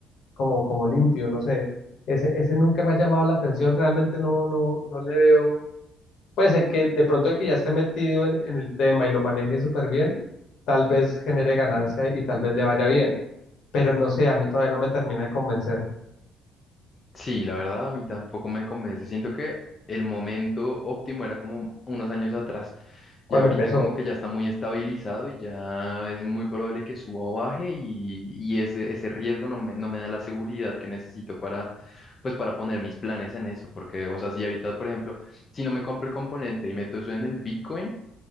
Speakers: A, on the left; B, on the left.
A: como, como limpio, no sé. Ese, ese nunca me ha llamado la atención, realmente no, no, no le veo. Pues eh, que de pronto el que ya esté metido en, en el tema y lo maneje súper bien, tal vez genere ganancia y tal vez le vaya bien, pero no sé, a mí todavía no me termina de convencer
B: Sí, la verdad a mí tampoco me convence. Siento que el momento óptimo era como unos años atrás.
A: cuando
B: Ya ahorita
A: empezó.
B: como que ya está muy estabilizado y ya es muy probable que suba o baje y, y ese, ese riesgo no me, no me da la seguridad que necesito para, pues para poner mis planes en eso. Porque, o sea, si ahorita, por ejemplo, si no me compro el componente y meto eso en el Bitcoin,